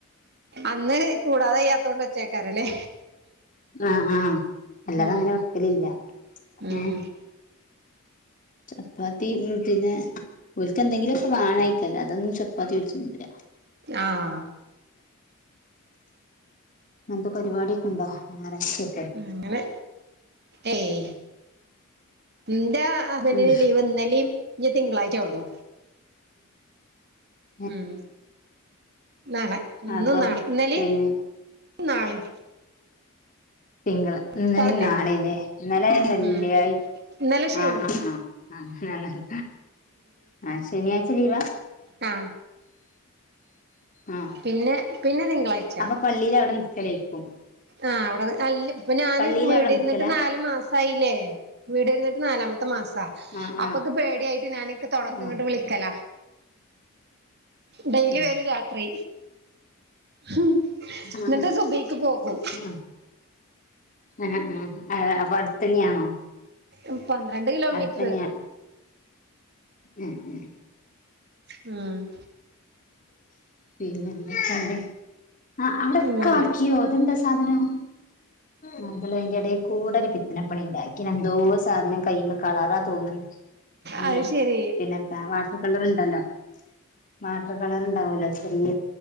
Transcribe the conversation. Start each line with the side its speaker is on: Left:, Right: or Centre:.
Right: അന്ന് കൂടാതെ യ്യാത്തതൊണ്ട് വെച്ചേക്കാരോ ലെ
Left: ആ ആഹ അല്ലാതെങ്ങനെ
Right: ഉം
Left: വക്കലില്ല
Right: ഉം
Left: ഏ ചപ്പാത്തി ഉം പിന്നെ ഓൽക്ക് എന്തെങ്കിലും ഒക്കെ വേണായിക്കുവല്ലോ, അല്ലാതെന്നും ചപ്പാത്തി തിന്നൂല
Right: ആആ
Left: ന്തോ പരിപാടിയൊക്കെ ണ്ടോ ഞായറാഴ്ചയ
Right: ങ്ങനെ ഏയ് ന്താ അവന്
Left: ഉം
Right: ലീവ് ഇന്നലെയും ഇനി തിങ്കളാഴ്ച ഉള്ളൂ.
Left: ആഹ
Right: ഉം നാളെ, ഇന്നും
Left: അപ്പം
Right: നാളെ, ഇന്നലിം,
Left: പിന്നെ
Right: നാളിം
Left: തിങ്കൾ ഇന്നലെ
Right: ഇഫ്താറല്ലേ
Left: നാളെല്ലേ, ഇന്നലെ വെള്ളിയ
Right: ഉം ഇന്നലെ ശനി
Left: ആഹ് ആഹ ആഹ, ആഹ ശനിയാഴ്ച ലീവാ
Right: ആ
Left: ആ
Right: പിന്നെ പിന്നെ തിങ്കളായ് ച
Left: അപ്പൊ പള്ളിയിൽ അവടെ നിക്കലേക്കും
Right: ആഹ, അവിടെ അല്ല പ്പൊ ഞാന്
Left: പള്ളിയിൽ
Right: വീട്
Left: അവിടെ
Right: ഇരുന്നിട്ട്
Left: നിക്കല
Right: നാല് മാസ മാസായില്ലേ വീട് ഇരുന്നിട്ട് നാലാമത്തെ മാസാ
Left: ആ ആ
Right: അപ്പൊക്ക് പേടിയായിട്ട് ഞാൻ ഇക്ക് തുണ ക്ക്
Left: ആ
Right: ഇങ്ങോട്ട് വിളിക്കല ഡെയിലി
Left: ഏ
Right: വരും രാത്രി ഹും
Left: ആ
Right: എന്നി
Left: ആ
Right: ട്ട് സുബഹി ക്ക് പോകും
Left: ആ ആ ആ ആ പ്പൊ അടുത്തന്നെയാണോ
Right: ഉം പന്ത്രണ്ട് കിലോമീറ്റർ
Left: അടുത്ത ന്നെയാണ ഉം ഉം
Right: ഉം
Left: <inaudible> പിന്നെ, ന്തൊക്കെആആ അവിടെക്കെ
Right: ഉം
Left: ആക്കിയോ ഇതെന്താ സാധനം മമകൾ അയി ന്റെ ഇട കൂടെ ഒരു പിത്തനപ്പണി ണ്ടാക്കിന എന്തോ സാധനം കയ്യില് കളറാ തോന്നുന്നു <unintelligible>
Right: അത്
Left: ഏ
Right: ശരി
Left: പിന്നെത്താ വാട്ടർ കളർുണ്ടല്ലോ വാട്ടർ കളർ ഉണ്ടാവൂലോ ചെറിയ